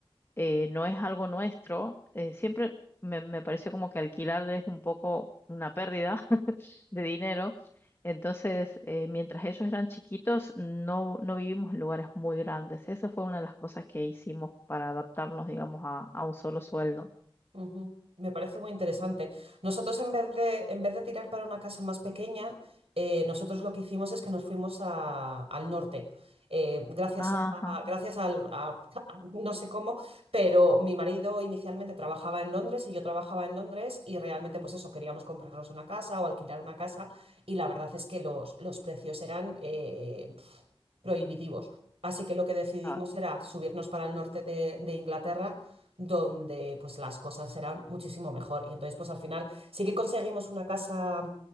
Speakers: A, on the left (about 25°); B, on the right (about 80°).
A: Eh, no es algo nuestro. eh, siempre me, me pareció como que alquilar es un poco una pérdida <laughs> de dinero. Entonces, eh, mientras ellos eran chiquitos, no, no vivimos en lugares muy grandes. Esa fue una de las cosas que hicimos para adaptarnos, digamos, a, a un solo sueldo.
B: Ujú. Me parece muy interesante. Nosotros en vez de, en vez de tirar para una casa más pequeña, eh, nosotros lo que hicimos es que nos fuimos a- al norte. Eh, gracias
A: Ajá,
B: a, gracias al, a- <laughs> no sé cómo, pero mi marido inicialmente trabajaba en Londres y yo trabajaba en Londres y realmente pues eso, queríamos comprarnos una casa o alquilar una casa y la verdad es que los, los precios eran eh, prohibitivos. Así que lo que decidimos
A: ah,
B: era subirnos para el norte de, de Inglaterra, donde pues las cosas eran muchísimo mejor. Y entonces pues al final sí que conseguimos una casa,